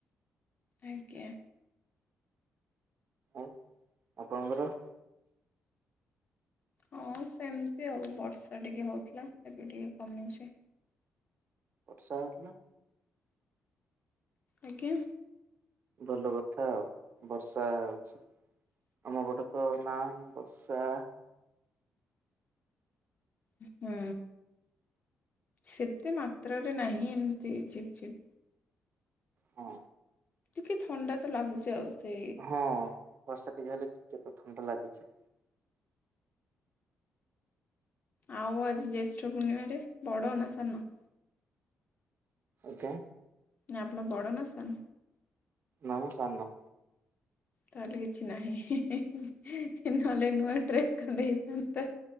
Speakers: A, on the left (about 40°); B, on the right (about 45°).
A: ଆଜ୍ଞା।
B: ଆଉ ଆପଣଙ୍କର?
A: ହଁ ସେମିତି ଆଉ ବର୍ଷା ଟିକେ ହୋଉଥିଲା, ଏବେ ଟିକେ କମିଛି।
B: ବର୍ଷା ହୋଉଥିଲା।
A: ଆଜ୍ଞା।
B: ଭଲ କଥା ଆଉ ବର୍ଷା ହଉଛି। ଆମ ପଟେ ତ ନାହିଁ ବର୍ଷା।
A: ଉ ହୁଁ ସେତେ ମାତ୍ରାରେ ନାହିଁ ଏମତି ଝିପ୍ ଝିପ୍।
B: ହଁ।
A: ଟିକେ ଥଣ୍ଡା ତ ଲାଗୁଚେ ଆଉ ସେ
B: ହଁ ବର୍ଷା ଟିକେ ହେଲେ ଟିକତେ ଥଣ୍ଡା ଲାଗୁଛି।
A: ଆଉ ଆଜି ଜ୍ୟେଷ୍ଠ ପୂର୍ଣ୍ଣିମାରେ ବଡ଼ ନା ସାନ?
B: ଆଜ୍ଞା।
A: ନା ଆପଣ ବଡ଼ ନା ସାନ?
B: ନା ମୁଁ ସାନ।
A: ତାହେଲେ କିଛି ନାହିଁ ନହେଲେ ନୂଆ ଡ୍ରେସ ଖଣ୍ଡେ ହେଇଥାନ୍ତା।